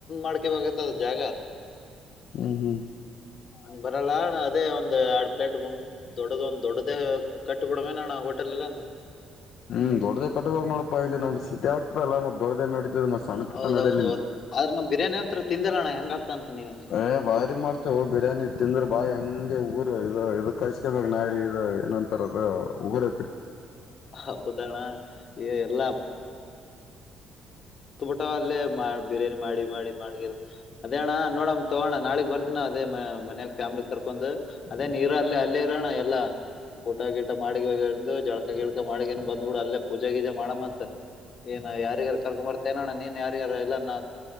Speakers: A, on the left (about 50°); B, on the left (about 65°).
A: <unintelligible> ಜಾಗ
B: ಹ್ಮ್ ಹ್ಮ್
A: ಹಂಗ್ ಬರಲ್ಲ ಅಣ್ಣ ಅದೇ ಒಂದ್ ಎರಡ್ ಪ್ಲೇಟ್ ಗ್ ದೊಡ್ಡ ಒಂದ್ ದೊಡದೇ ಕಟ್ಟಿಬಡ ಮೇ ಅಣ್ಣ ಹೋಟೆಲ್ ಇಲ್ಲ
B: ಹ್ಮ್ ದೊಡ್ಡದ ಕಟ್ಟ ಹೋಗ್ ನೋಡಪ್ಪಾ ಇಲ್ಲಿ ನ ಸಿಟಿ ಲ್ಲ ಮತ್ತ ದೊಡ್ಡ್ದೇ ನಡೀತದೆ ಮತ್ತ ಸಣ್ಣ ಪುಟ್ಟ
A: ಹೌದೌದೌದು
B: ನಡಲಿಲ್ಲ
A: ಆದ್ರ ನಮ್ ಬಿರಿಯಾನಿ ಅಂತ್ರ ತಿಂದಿಲ್ಲ ಅಣ್ಣ ಹೆಂಗಾಗ್ತಂತ ನೀನ್
B: ಏ ಭಾರಿ ಮಾಡ್ತೇವ ಬಿರಿಯಾನಿ ತಿಂದ್ರ ಬಾಯಿ ಹಂಗೆ ಊರು ಇ ಇದ ಕಸ್ಕ ಇವಾಗ ನಾಯಿ ನಂತರ ಉಗಾರ್
A: ಹೌದಣ ಈ ಎಲ್ಲಾ ತುಬಟ ಅಲ್ಲೇ ಬಿರಿಯಾನಿ ಮಾಡಿ ಮಾಡಿ ಮಾಡಗಿರ ಅದೇಣ್ಣ ನೋಡಮ್ಮ ತಗೋಣ ನಾಳಗ್ ಬರ್ತನ ಅದೇ ಮನ್ಯಾಗ ಫ್ಯಾಮ್ಲಿಗ್ ಕರ್ಕೊಂಡ್ ಅದೇ ನೀರ ಅಲ್ಲೇ ಅಲ್ಲೇ ಇರೋಣ ಎಲ್ಲ ಊಟ ಗಿಟ ಮಾಡಿ ಜಳ್ಕ ಗಿಳ್ಕ ಮಾಡಿನು ಬಂದ್ಬಿಡ ಅಲ್ಲೇ ಪೂಜೆ ಗೀಜ ಮಾಡಮ್ಮಂತೆ ಏನ ಯಾರಿಗಾರು ಕರ್ಕೊ ಬರ್ತನೋಣ್ಣ ನೀನ್ ಯಾರಿಗಾರ ಇಲ್ಲನ್ನ